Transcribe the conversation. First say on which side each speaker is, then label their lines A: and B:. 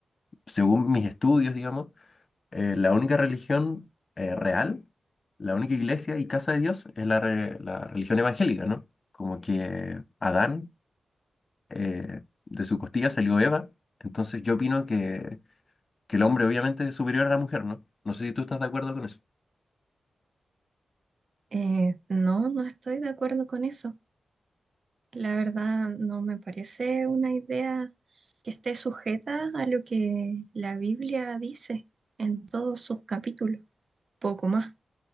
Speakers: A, on the left; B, on the right.
A: según mis estudios, digamos, eh, la única religión eh, real, la única iglesia y casa de Dios es la, re- la religión evangélica, ¿no? Como que Adán, eh, de su costilla salió Eva. Entonces, yo opino que que el hombre obviamente es superior a la mujer, ¿no? No sé si tú estás de acuerdo con eso,
B: Eh, no, no estoy de acuerdo con eso. La verdad, no me parece una idea que esté sujeta a lo que la Biblia dice en todos sus capítulos, poco más.